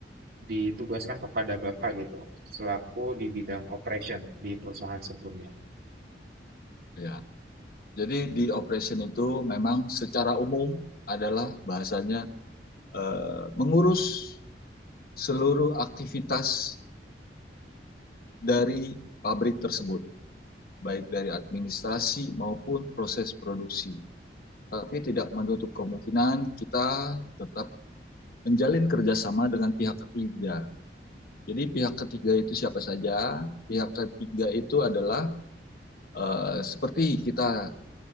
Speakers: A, on the right; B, on the left.
A: ditugaskan kepada Bapak gitu, selaku di bidang operation di perusahaan sebelumnya.
B: Ya. Jadi di operation itu memang secara umum adalah bahasanya eh, mengurus seluruh aktivitas dari pabrik tersebut. baik dari administrasi maupun proses produksi. Tapi tidak menutup kemungkinan kita tetap menjalin kerjasama dengan pihak ketiga. Jadi pihak ketiga itu siapa saja? Pihak ketiga itu adalah uh, seperti kita